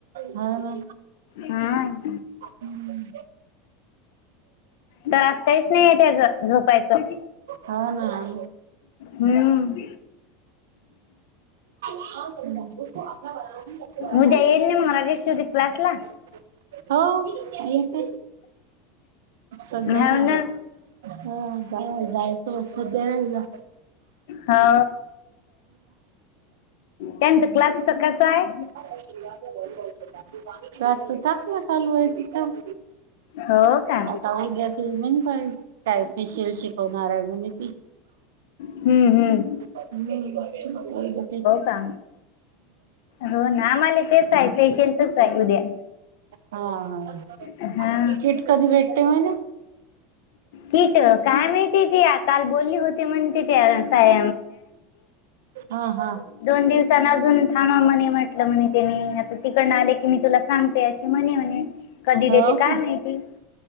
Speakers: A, on the right; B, on the left.
A: हो ना.
B: हं..
A: हम्म.
B: त्रास काहीच नाय. त्याचं झोपायचं.
A: हो ना आणि
B: हंम.
A: <unintelligible> उसको अपना बनाना सबसे बडा
B: उद्या
A: चॅलेंज
B: येईल ना मग राजेश्वरी क्लासला
A: है. हो येते, सध्या
B: हो
A: नाही
B: ना
A: जात. हो <unintelligible>
B: हा त्याचं क्लासचं कसं आहे.
A: टास्क टाकनं तर चालू हाय तिचं.
B: हो. का?
A: आता उद्या ती पण काय काय स्पेशल शिकवणार हाय म्हने ती.
B: हम्म हम्म.
A: <unintelligible> हम्म. <unintelligible> <inaudible> हम्म.
B: का हो ना आम्हाला तेच आहे फेशियलचंच आहे उद्या
A: हा हा,
B: हा
A: कीट कधी भेटते म्हणे.
B: कीट काय माहिती ती, काल बोली होती म्हणते ते काय.
A: हा हा.
B: दोन दिवसांन अजून थांबा म्हणे म्हटलं म्हणे, तिनी आता तिकडन आले की मी तुला सांगते. म्हणे, म्हणे कधी
A: हो
B: देते काय
A: का
B: माहिती.